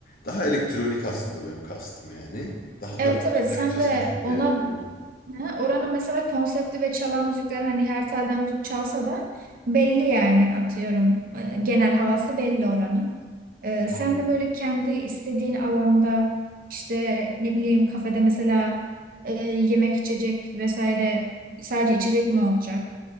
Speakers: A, on the left; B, on the right.
A: Daha elektronik aslında benim kastım yani. Daha
B: Evet
A: da
B: evet
A: takıcısı
B: sen de
A: müzik
B: ona
A: yani.
B: Ha, oranın mesela konsepti ve çalan müzikler hani her telden müzik çalsa da belli yani atıyorum e, genel havası belli oranın. E, sen
A: Hmm.
B: de böyle kendi istediğin alanda işte ne bileyim kafede mesela e, yemek içecek vesaire sadece içecek mi olacak?